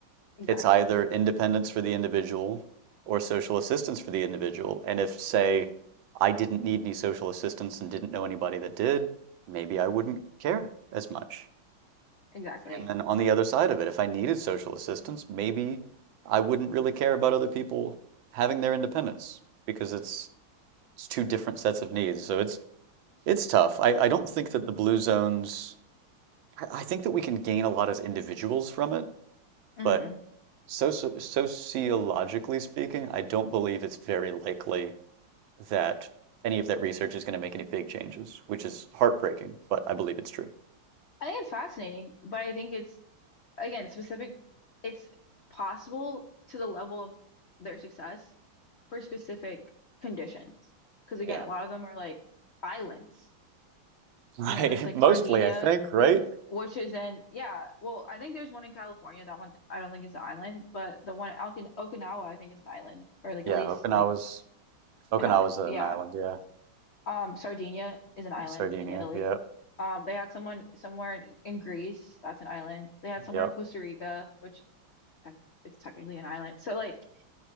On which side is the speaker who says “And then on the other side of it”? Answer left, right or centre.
Right